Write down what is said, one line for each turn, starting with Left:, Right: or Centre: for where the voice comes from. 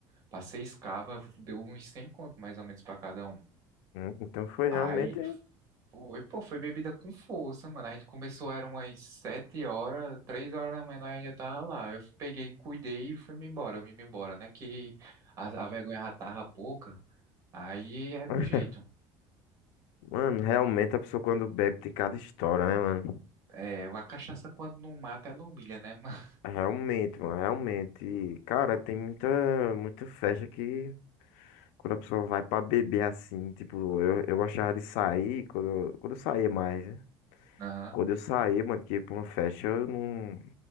Right: pra seis cabas, deu uns 100 conto mais ou menos pra cada um.
Left: Hum, Então foi
Right: Aí
Left: realmente.
Right: foi, pô, foi bebida com força, mano. A gente começou, eram umas sete horas, três horas da manhã, nós já tava lá. Eu peguei, cuidei e fui-me embora, eu vim-me embora, né? Que a, a vergonha já tava pouca, aí era
Left: <laughs>
Right: o jeito.
Left: Mano, realmente a pessoa quando bebe tem cada história, né, mano?
Right: É, a cachaça quando não mata, ela humilha, né, mano?
Left: Realmente, mano, realmente. Cara, tem muita, muita festa que quando a pessoa vai pra beber assim, tipo, eu, eu gostava de sair quando, quando eu saía mais, né?
Right: <laughs> Aham,
Left: Quando eu saía, mano, que ia pra uma festa, eu não.